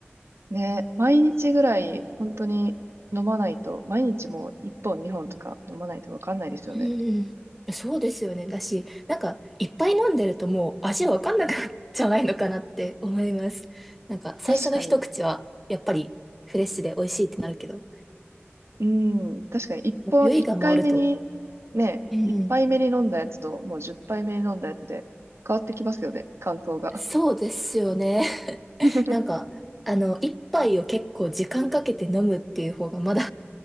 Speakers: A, on the right; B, in the centre.
A: ね、毎日ぐらい本当に飲まないと、
B: <laughs>
A: 毎日もう1本2本とか飲まないとわかんないですよね。
B: うん。そうですよね。だし、なんか、いっぱい飲んでるともう味わかんなくなっちゃわないのかなって思います。なんか、最初の一口は、
A: 確かに。
B: やっぱりフレッシュで美味しいってなるけど、
A: うん。確かに、一本、
B: もう酔いが回ると。
A: 一回目に、ね、
B: うんうん。
A: 一杯目に飲んだやつと、もう十杯目に飲んだやつで、変わってきますよね、感想が。
B: そうですよね。<laughs>
A: <laughs>
B: なんか、あの、一杯を結構時間かけて飲むっていう方がまだ